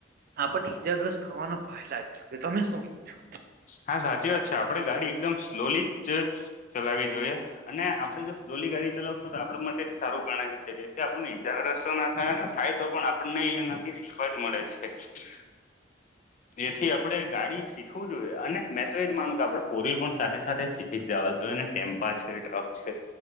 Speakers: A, on the right; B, on the left.
A: આપણને ઈજાગ્રસ્ત, થવાનો ભય લાગી શકે. તમે શું કેવું છો?
B: હા, સાચી વાત છે. આપડે ગાડી એકદમ સ્લોલી જ ચલાવી જોઈએ અને આપડે જો સ્લો ધીમી ગાડી ચલાવશો તો આપણા માટે જ સારું ગણાય છે. જેથી આપણને ઇજાગ્રસ્તો ના થાય ને થાય તો પણ આપણને એનાથી શીખવા જ મળે છે. એથી આપડે ગાડી શીખવું જુએ અને મેં તો એજ માનું કે આપણે ફોર વ્હીલ પણ સાથે સાથે શીખી જ જવા જોએ ને ટેમ્પા છે, ટ્રક છે.